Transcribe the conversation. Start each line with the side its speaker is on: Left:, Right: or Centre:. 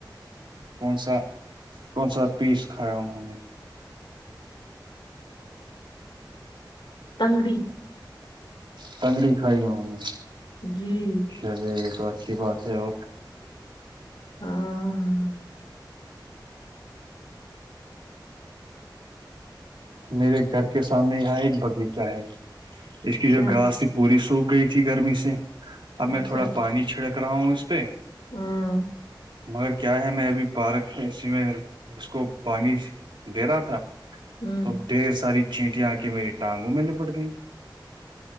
Right: کون سا کون سا پیس کھایا انہوں نے
Left: تنگڑی
Right: تٹگڑی کائی گاؤ نے
Left: جی
Right: ا تو اچھی بات ہے اور
Left: ہاں ہاں
Right: میرے گھر کے سامنے یہاں ایک باغیچہ ہے اس
Left: اچھا
Right: کی جو گاس تھی پوری سوک گئی تھی گرمی سے اب میں
Left: اچھا
Right: تھوڑا پانی چھڑک کر رہا ہوں اس پہ
Left: ہاں
Right: مگر کیا ہے میں ابھی پارک اسی میں اس کو پانی دے رہا تھا
Left: ہوں
Right: تو ڈھیر ساری چینٹٹی آ کے میری ٹانگوں میں لپٹ گئی